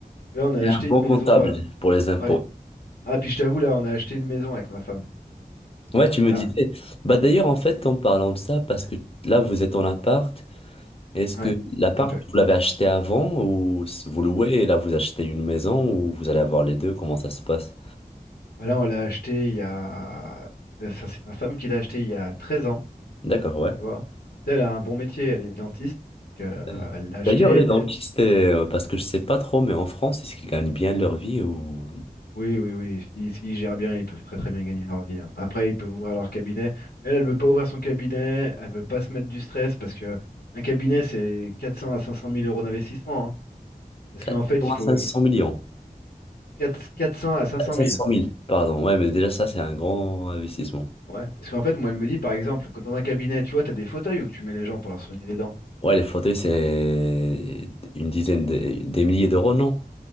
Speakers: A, on the left (about 85°); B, on the left (about 40°).
A: Là, on a
B: Et
A: acheté
B: un bon
A: une maison.
B: comptable
A: euh,
B: pour les impôts.
A: Ouais. Ah, puis je t'avoue, là, on a acheté une maison avec ma femme.
B: Ouais, tu me
A: Là,
B: disais. Bah d'ailleurs, en fait, en parlant de ça, parce que là, vous êtes en appart. Est-ce que
A: ouais,
B: l'appart,
A: tout à fait.
B: vous l'avez acheté avant ou s- vous louez et là, vous achetez une maison ou vous allez avoir les deux? Comment ça se passe?
A: Bah Là, on l'a acheté il y a. Ça, ça, c'est ma femme qui l'a acheté il y a 13 ans,
B: D'accord, ouais.
A: tu vois. Tu sais, Elle a un bon métier, elle est dentiste. Donc, euh,
B: Euh,
A: elle l'a acheté.
B: D'ailleurs, les dentistes, euh, parce que je sais pas trop, mais en France, est-ce qu'ils gagnent bien leur vie ou
A: Oui, oui, oui. Si, s'ils gèrent bien, ils peuvent très, très bien gagner leur vie. hein. Après, ils peuvent ouvrir leur cabinet. Mais elle, elle veut pas ouvrir son cabinet. Elle veut pas se mettre du stress parce que un cabinet, c'est 400 à 500 mille euros d'investissement. hein. Parce
B: 400
A: qu'en fait, il
B: à
A: faut,
B: 500
A: il faut
B: millions?
A: 4 400 à 500
B: 700
A: mille.
B: 000, pardon. Ouais, mais déjà, ça, c'est un grand investissement.
A: Ouais. Parce qu'en fait, moi, elle me dit, par exemple, quand dans un cabinet, tu vois, tu as des fauteuils où tu mets les gens pour leur soigner les dents.
B: Ouais, les fauteuils, c'est une dizaine de- des milliers d'euros, non?